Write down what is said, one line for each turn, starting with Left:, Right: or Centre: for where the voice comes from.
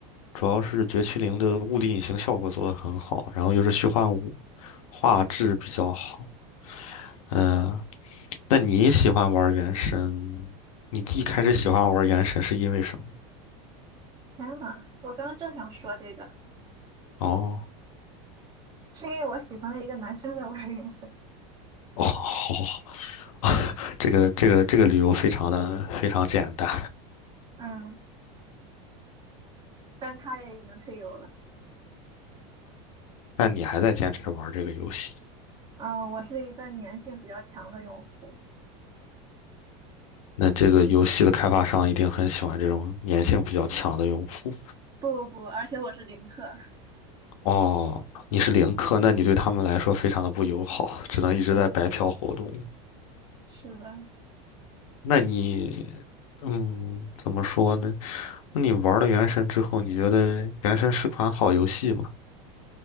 Left: 主要是绝区零的物理隐形效果做得很好，然后又是虚幻五，画质比较好。嗯，那你喜欢玩原神？你一开始喜欢玩原神是因为什么？
Right: 天呐，我刚刚正想说这个，
Left: 哦
Right: 是因为我喜欢的一个男生在玩原神
Left: 哦，<laughs> 这个这个这个理由非常的非常简单。
Right: <laughs>，嗯，但他也已经退游了。
Left: 那你还在坚持玩这个游戏，
Right: 嗯，我是一个粘性比较强的用户，
Left: 那这个游戏的开发商一定很喜欢这种粘性比较强的用户。
Right: 不不不，而且我是零氪。<laughs>
Left: 哦，你是零氪，那你对他们来说非常的不友好，只能一直在白嫖活动。
Right: 是的，是的，
Left: 那你，嗯，怎么说呢？那你玩了《原神》之后，你觉得《原神》是款好游戏吗？